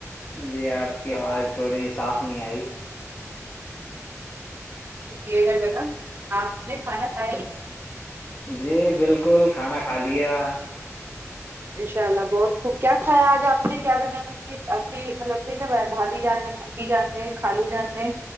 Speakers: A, on the left; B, on the right.
A: جی آپ کی آواز تھوڑی صاف نہیں آئی
B: ارےا جگا آپ نے کھانا کھایا کی نہیں
A: جی بالکل کھانا کھا لیا
B: انشاء اللہ بہت خوب کیا کھایا آج آپ نے کیا بنے کہ ابھی مطلب کس نے بنایا بھابھی جان ہے پھوپپی جان ہے خالو جان ہے